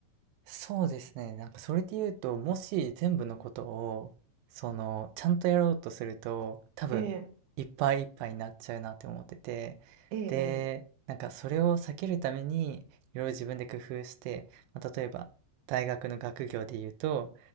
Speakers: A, on the right; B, on the right.
A: そうですね。なんかそれで言うと、もし全部のことを、その、ちゃんとやろうとすると、多分、
B: ええ、
A: いっぱいいっぱいになっちゃうなって思ってて、
B: ええ、
A: で、なんかそれを避けるために、いろいろ自分で工夫して、まあ、例えば、大学の学業で言うと、